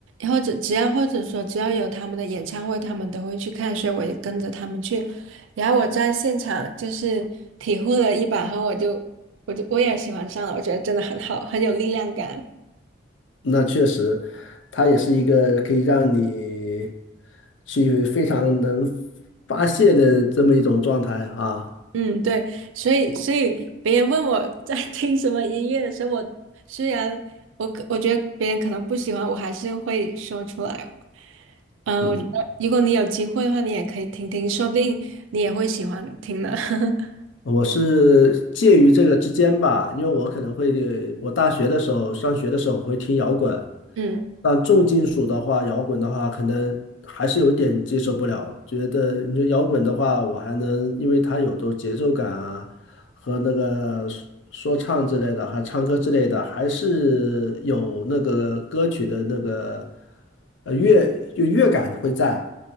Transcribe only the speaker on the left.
那确实，它也是一个可以让你去非常能发泄的这么一种状态啊。
嗯，
我是介于这个之间吧，因为我可能会，我大学的时候上学的时候我会听摇滚，
但重金属的话，摇滚的话，可能还是有一点接受不了。觉得你说摇滚的话，我还能，因为它有都节奏感啊，和那个说说唱之类的，还唱歌之类的，还是有那个歌曲的那个呃乐就乐感会在。